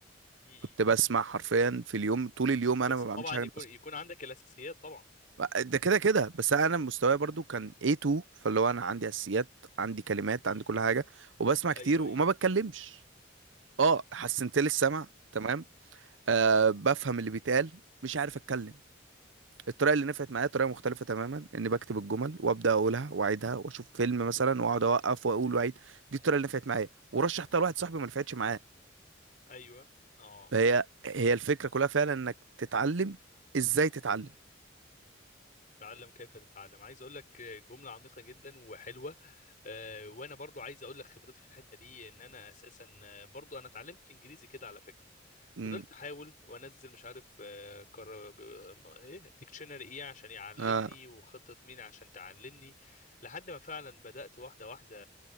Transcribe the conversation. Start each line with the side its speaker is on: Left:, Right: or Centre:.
Left: امم
Right: كنت بسمع حرفيا في اليوم طول اليوم انا
Left: بس
Right: ما
Left: طبعا
Right: بعملش حاجة
Left: يكون يكون عندك الاساسيات طبعا
Right: ده كده كده بس انا مستواي برضو كان A2 فاللي هو انا عندي اساسيات عندي كلمات عندي
Left: امم
Right: كل حاجه وبسمع كتير
Left: ايوه
Right: وما
Left: ايوه
Right: بتكلمش اه حسنت لي السمع تمام آه بفهم اللي بيتقال مش عارف اتكلم الطريقه اللي نفعت معايا طريقه مختلفه تماما اني بكتب الجمل وابدا اقولها واعيدها واشوف فيلم مثلا واقعد اوقف واقول واعيد دي الطريقه اللي نفعت معايا ورشحتها لواحد صاحبي ما نفعتش معاه
Left: ايوه اه
Right: فهي هي الفكره كلها فعلا انك تتعلم ازاي تتعلم
Left: تعلم كيف تتعلم عايز اقول لك جملة عميقة جدا وحلوة آه، وانا برضو عايز اقول لك خبرتي في الحته دي ان انا اساسا آه، برضو انا اتعلمت انجليزي كده على فكره
Right: امم
Left: فضلت احاول وانزل مش عارف آه، كر... آه، ايه ديكشنري ايه عشان يعلمني
Right: اه
Left: وخطه مين عشان تعلمني لحد ما فعلا بدات واحده واحده